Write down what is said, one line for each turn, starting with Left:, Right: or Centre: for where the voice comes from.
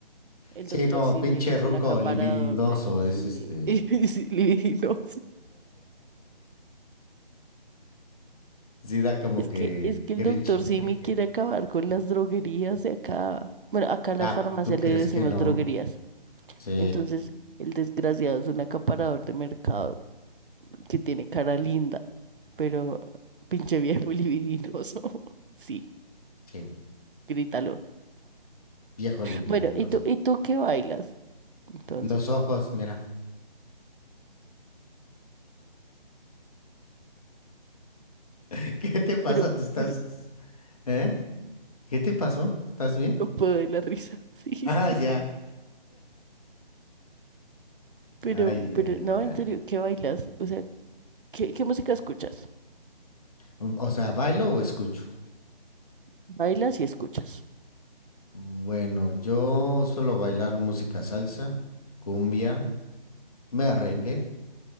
Right: El
Left: Sí,
Right: Doctor
Left: no,
Right: Simi
Left: pinche
Right: es
Left: ruco
Right: un acaparador
Left: olivinidoso
Right: de sí,
Left: es este.
Right: <laughs> sí, libidinos.
Left: Sí da como
Right: Es
Left: que
Right: que, es que el
Left: cringe,
Right: Doctor Simi
Left: cringe.
Right: quiere acabar con las droguerías de acá. Bueno, acá en las
Left: Ah,
Right: farmacias
Left: ¿tú crees
Right: le decimos
Left: que no?
Right: droguerías.
Left: Sí,
Right: Entonces, el desgraciado es un acaparador de mercado. que tiene cara linda, pero pinche viejo libidinoso. <laughs> Sí,
Left: sí.
Right: grítalo.
Left: Viejo libidinoso.
Right: Bueno, ¿y tú, y tú qué bailas? Entonces,
Left: Los ojos, mira. <laughs> ¿Qué te pasa?
Right: pero,
Left: ¿Te estás...
Right: pero
Left: ¿Eh? ¿Qué te pasó? ¿Estás bien?
Right: no
Left: <laughs>
Right: puedo de la risa. <laughs> Sí,
Left: Ah,
Right: sí,
Left: ya.
Right: sí. Pero,
Left: Ay,
Right: pero,
Left: Anita.
Right: no, en serio, ¿qué bailas? O sea, ¿qué, qué música escuchas?
Left: O o sea, ¿bailo o escucho?
Right: Bailas y escuchas.
Left: Bueno, yo suelo bailar música salsa, cumbia, merengue,